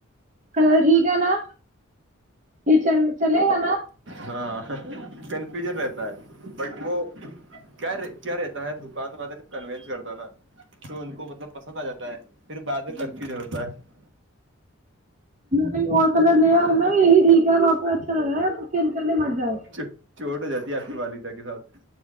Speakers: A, on the right (about 35°); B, on the right (about 55°).
A: کلر ٹھیک ہے نا یہ چ چلےوانا <unintelligible>
B: ہاں کنفیوژن رہتا ہے بٹ وہ کیا کیا رہتا ہے دکان والے سے کنوینس کرتا نا جو ان کو مطلب پسند آ جاتا ہے پھر بعد میں کنفیوژن
A: جی
B: ہوتا ہے
A: کئی اور کلر لیا ان میں یہیٹیک ہے آپ کو اچھا لگا ہے کھیت کرنے جاؤ
B: چوٹ ہو جاتی ہے آپنی والی تو کے ساتھ